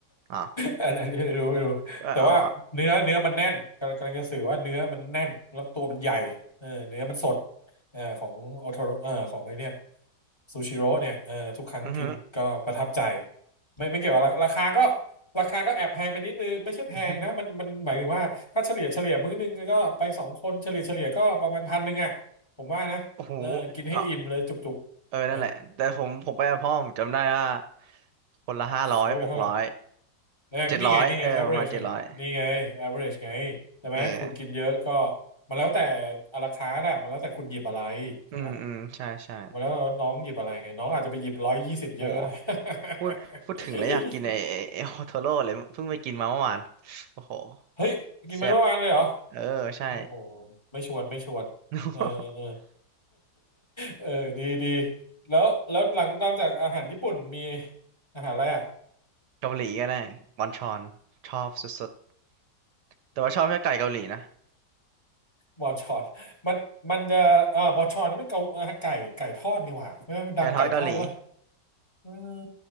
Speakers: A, on the right; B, on the left.
A: อ๋อ
B: <laughs> อันนั้นไม่รู้ไม่รู้แต่ว่าเนื้อเนื้อมันแน่นกำลังกำลังจะสื่อว่าเนื้อมันแน่นแล้วตัวมันใหญ่เออเนื้อมันสด
A: ก็อ๋อ
B: เออของโอโทโรเออของไอเนี่ยซูชิโร่เนี่ยเออทุกครั้งกินก็ประทับใจ
A: อือฮึ
B: ไม่ไม่เกี่ยวกับราราคาก็ราคาก็แอบแพงไปนิดนึงไม่ใช่แพงนะมันมันหมายถึงว่าถ้าเฉลี่ยเฉลี่ยมื้อนึงก็ไปสองคนเฉลี่ยเฉลี่ยก็ประมาณพันหนึ่งอ่ะผมว่านะเออกินให้อิ่มเลยจุกๆนะ
A: อือฮึ <laughs> โอ้โหอ๋อเออนั่นแหละแต่ผมผมไปกับพ่อผมจำได้ว่าคนละห้าร้อยหกร้อย
B: ซวยไปเท่าไหร่ เออนี่ไงนี่ไง
A: เจ็ดร้อยเออประมาณเจ็ดร้อย
B: average ไงนี่ไง average ไงใช่ไหมคุณกินเยอะก็
A: เออ
B: มันแล้วแต่อะราคานะมันแล้วแต่คุณหยิบอะไรถูกปะ
A: อืมอืมใช่ใช่
B: มันแล้วแต่ว่าน้องหยิบอะไรไงน้องอาจจะไปหยิบร้อยยี่สิบเยอะก็ได้
A: โอ้พูดพูดถึงแล้วอยากกินไอ้ไอ้ไอ้โอโทโร่เลยเพิ่งไปกินมาเมื่อวาน
B: <laughs>
A: โอ้โห
B: เฮ้ยกินมาทั้งวันเลยเหรอ
A: แซ่บเออ ใช่
B: โอ้โหไม่ชวนไม่ชวนเออเออ
A: <laughs>
B: เออ <laughs> เออดีดีแล้วแล้วหลังนอกจากอาหารญี่ปุ่นมีอาหารอะไรอ่ะ
A: เกาหลีก็ได้บอนชอน ชอบสุดๆ แต่ว่าชอบแค่ไก่เกาหลีนะ
B: บอชอนมันมันจะเอ่อบอชอนนี่มันเกาอ่าไก่ไก่ทอดนี่หว่าใช่ไหมมันดังไก่ทอดหรือเปล่า
A: ไก่ทอดเกาหลี
B: อือ